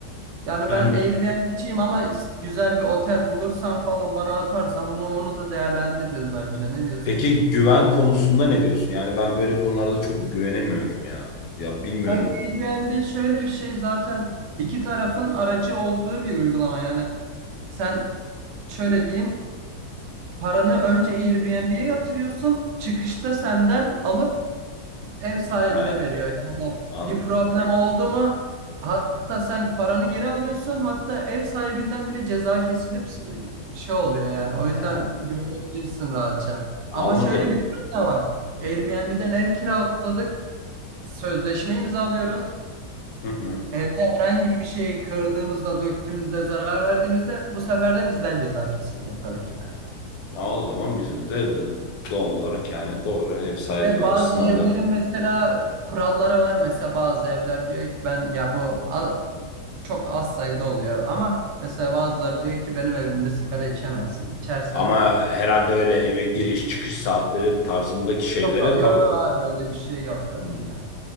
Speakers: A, on the right; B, on the left.
A: Yani
B: Yani
A: ben Airbnb'ciyim ama is- güzel bir otel bulursan falan bana atarsan bunu onu da değerlendiririz bence. Ne diyorsun?
B: peki güven konusunda ne diyorsun? Yani ben böyle konularda çok güvenemiyorum ya. Ya bilmiyorum.
A: Sanki Airbnb şöyle bir şey zaten iki tarafın aracı olduğu bir uygulama. Yani sen şöyle diyeyim paranı önce Airbnb'ye yatırıyorsun çıkışta senden alıp ev sahibine
B: He,
A: veriyor. Yani
B: an-
A: bir problem oldu mu hatta sen paranı geri alıyorsun hatta ev sahibinden bile ceza kesilip e, şey oluyor yani o yüzden
B: he,
A: güvenebilirsin rahatça. Ama
B: anladım.
A: şöyle bir durum da var. Airbnb'den ev kiraladık sözleşme imzalıyoruz.
B: Hı hı.
A: Evde herhangi bir şeyi kırdığımızda, döktüğümüzde, zarar verdiğimizde bu sefer de bizden ceza kesiliyor tabii ki de.
B: Ha, o zaman bizim de d- doğal olarak yani doğru ev sahibi
A: Ve
B: açısından
A: bazı evlerin
B: da.
A: mesela kuralları var. Mesela bazı evler diyor ki ben ya bu a- çok az sayıda oluyor ama mesela bazıları diyor ki benim evimde sigara içemezsin. İçersen
B: Ama herhalde öyle eve giriş
A: yok,
B: çıkış saatleri tarzındaki şeylere
A: yok, hayır
B: tabii.
A: öyle bir şey yok tabii
B: Hı.
A: ki de.